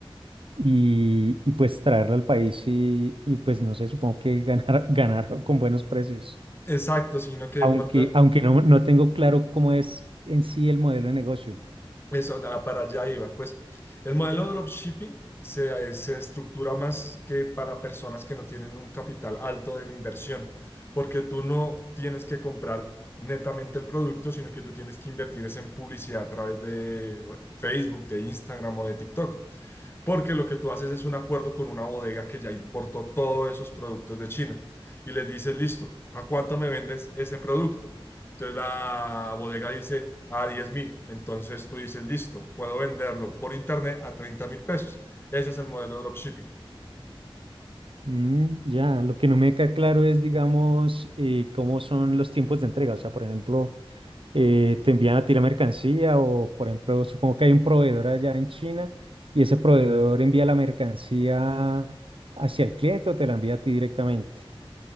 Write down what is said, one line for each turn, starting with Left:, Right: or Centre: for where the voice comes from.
Right: y, y pues traerla al país y, y pues no sé, supongo que ganar, <laughs> ganar con buenos precios,
Left: Exacto, sino que
Right: aunque,
Left: de pronto
Right: aunque no, no tengo claro cómo es en sí el modelo de negocio.
Left: Eso, ah, para allá iba. Pues el modelo de dropshipping se, se estructura más que para personas que no tienen un capital alto de la inversión, porque tú no tienes que comprar netamente el producto, sino que tú tienes que invertir es en publicidad a través de Facebook, de Instagram o de TikTok porque lo que tú haces es un acuerdo con una bodega que ya importó todos esos productos de China y les dices, listo, ¿a cuánto me vendes ese producto? Entonces la bodega dice a diez mil, entonces tú dices, listo, puedo venderlo por internet a treinta mil pesos. Ese es el modelo de dropshipping.
Right: Mm, ya, lo que no me queda claro es, digamos, eh, cómo son los tiempos de entrega. O sea, por ejemplo, eh, te envían a ti la mercancía o, por ejemplo, supongo que hay un proveedor allá en China y ese proveedor envía la mercancía hacia el cliente o te la envía a ti directamente.